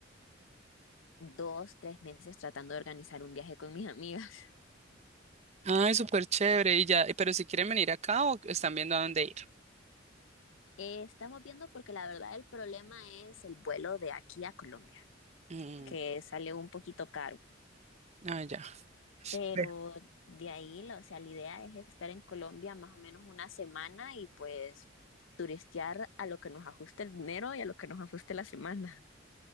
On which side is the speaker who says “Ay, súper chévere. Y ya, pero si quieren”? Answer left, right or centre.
Right